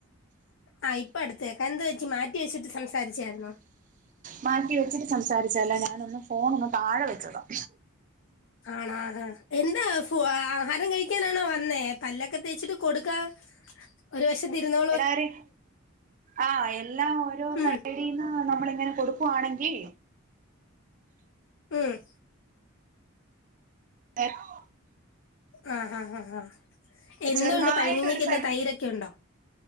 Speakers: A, on the left; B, on the right.
A: ആ ഇപ്പൊ അടുത്ത് കേക്കാം എന്തുപറ്റി മാറ്റി വെച്ചിട്ട് സംസാരിച്ചായിന്നോ
B: മാറ്റി വെച്ചിട്ട് സംസാരിച്ചല്ല ഞാനൊന്ന് ഫോൺ ഒന്ന് താഴെ വെച്ചതാം
A: ആണോഹാ എന്താ ആഹാരം കഴിക്കാനാണോ വന്നേ പല്ലൊക്കെ തേച്ചിട്ട് കൊടുക്കാ <inaudible> ഒരു വശത്ത് ഇരുന്നോ
B: എല്ലാരും ആഹ എല്ലാം ഓരോ
A: ഉം
B: സൈഡ നമ്മള എങ്ങനെ കൊടുക്കുവാണെങ്കിൽ
A: ഉം
B: ആ <unintelligible>
A: ആഹ് ആഹ് ആഹ് ആാഹ് എന്തുണ്ട്
B: ചെറുതായിട്ട്
A: പരിങ്ങിഞ്ഞീക്ക്
B: ഒരു
A: എന്താ
B: സൈ
A: തൈരൊക്കെ ഉണ്ടോ